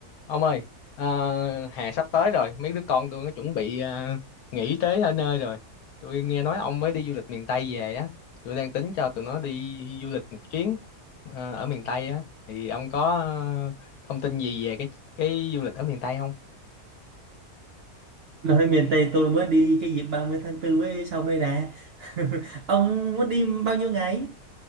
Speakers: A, on the left; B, on the right.
A: Ông ơi, ờ, hè sắp tới rồi, mấy đứa con tôi nó chuẩn bị ờ, nghỉ tới ở nơi rồi. Tôi nghe nói ông mới đi du lịch miền Tây về á, tôi đang tính cho tụi nó đi du lịch một chuyến ờ, ở miền Tây á, thì ông có ờ, thông tin gì về cái cái du lịch ở miền Tây không?
B: Nói miền Tây tôi mới đi cái dịp 30 tháng 4 mới xong đây nè. <laughs> Ông muốn đi bao nhiêu ngày?